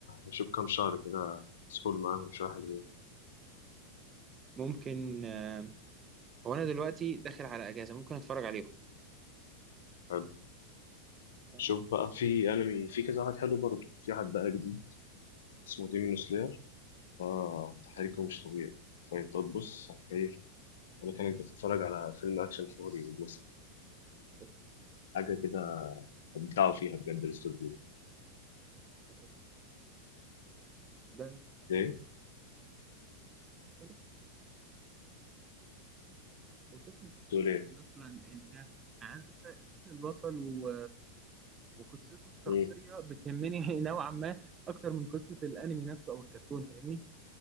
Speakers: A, on the left (about 70°); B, on the right (about 30°).
A: شوف كام شهر كده سحول معاهم شويه حلوين
B: ممكن آه، هو انا دلوقتي داخل على اجازه ممكن اتفرج عليهم
A: حلو
B: تمام.
A: شوف بقى في انمي في كذا واحد حلو برضه في حد بقى جديد اسمه ديمون سلاير اه تحريكه مش طبيعي فانت تبص هتكيفك ولا كانك بتتفرج على فيلم اكشن فوري مثلا
B: أوف، الدرجة دي؟
A: حاجه كده ابدعوا فيها بجد الاستوديو ده
B: ده شكله جميل. ده بيتكلم
A: ليه؟
B: عن وفكرة
A: تقول
B: البطل
A: ايه؟
B: مثلا البتاع عارف انت شكل البطل و... وقصته الشخصية
A: مم.
B: بتهمني <laughs> نوعا ما أكتر من قصة الأنمي نفسه أو الكرتون فاهمني؟